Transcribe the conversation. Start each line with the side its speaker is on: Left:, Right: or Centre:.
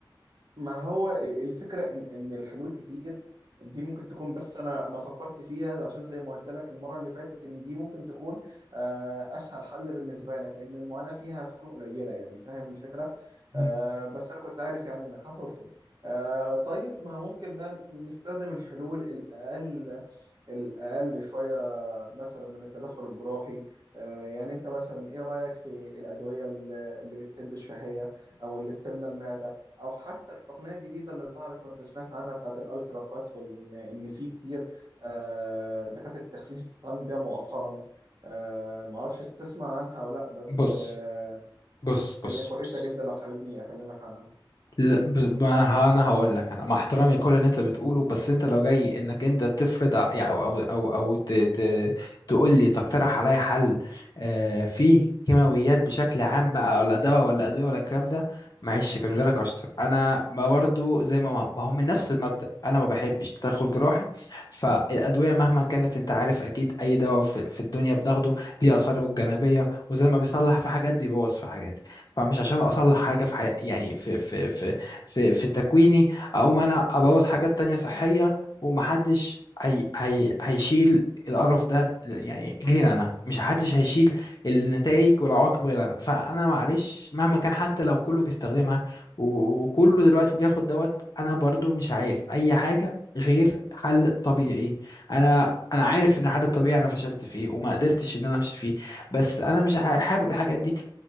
Right: ما هو الفكرة إن إن الحلول كتير دي ممكن تكون بس أنا أنا فكرت فيها عشان زي ما قلت لك المرة اللي فاتت إن دي ممكن تكون آه، أسهل حل بالنسبة لك لأن المعاناة فيها هتكون قليلة يعني فاهم الفكرة
Left: مم.
Right: آه، بس أنا كنت عارف يعني إنك هترفض آه، طيب ما ممكن بقى نستخدم الحلول الأقل الأقل شوية مثلا من التدخل الجراحي آه، يعني انت مثلا ايه رأيك في الأدوية ال- اللي بتسد الشهية او اللي بتملى المعدة او حتى التقنية الجديدة اللي ظهرت كنت سمعت عنها بتاعت الالترا كات وان ان في كتير آه، دكاترة التخسيس بتتعامل بيها مؤخرا آه، معرفش تسمع عنها ولا لا بس
Left: بص
Right: آه،
Left: بص بص
Right: هي كويسة
Left: بص
Right: جدا لو حاببني اكلمك عنها
Left: لا، بس- ما ها- انا هقول لك انا مع احترامي كل اللي انت بتقوله بس انت لو جاي انك انت تفرض ع- يعني او او او او ت- ت- تقول لي تقترح عليا حل آه، فيه كيماويات بشكل عام بقى ولا دواء ولا ادويه ولا الكلام ده معلش كان جالك اشطر انا ما برضو زي ما ما هو من نفس المبدأ انا ما بحبش تدخل جراحي فالادويه مهما كانت انت عارف اكيد اي دواء في في الدنيا بناخده ليه اثاره الجانبيه وزي ما بيصلح في حاجات بيبوظ في حاجات فمش عشان اصلح حاجه في حي... يعني في في في في في تكويني اقوم انا ابوظ حاجات تانية صحية ومحدش هي هي هيشيل القرف ده يعني غير انا مش محدش هيشيل النتائج والعواقب غير انا فانا معلش مهما كان حتى لو كله بيستخدمها و- وكله دلوقتي بياخد دوت انا برضو مش عايز اي حاجة غير حل طبيعي انا انا عارف ان الحل الطبيعي انا فشلت فيه وما قدرتش ان انا امشي فيه بس انا مش ع- حابب الحاجات دي